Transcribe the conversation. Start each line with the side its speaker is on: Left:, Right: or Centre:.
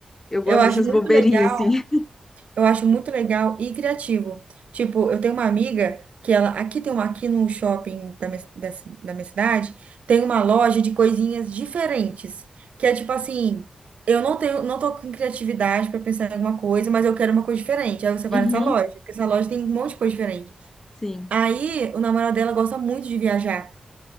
Left: eu gosto
Right: Eu acho
Left: dessas
Right: muito
Left: bobeirinhas
Right: legal,
Left: assim. <laughs>
Right: eu acho muito legal e criativo. Tipo, eu tenho uma amiga que ela, aqui tem uma, aqui no shopping da minha, da, ci- da minha cidade, tem uma loja de coisinhas diferentes, que é tipo assim, eu não tenho, não tô com criatividade para pensar em alguma coisa, mas eu quero uma coisa diferente. Aí você vai
Left: Uhum,
Right: nessa loja, porque essa loja tem um monte de coisa diferente.
Left: sim.
Right: Aí, o namorado dela gosta muito de viajar.